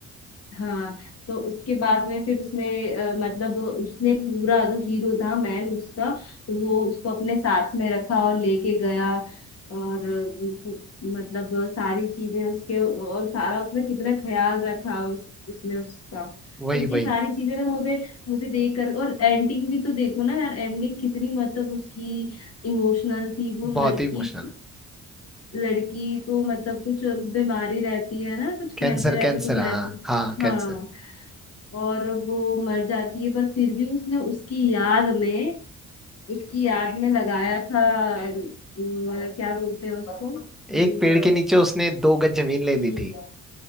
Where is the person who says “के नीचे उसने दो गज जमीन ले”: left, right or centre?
Centre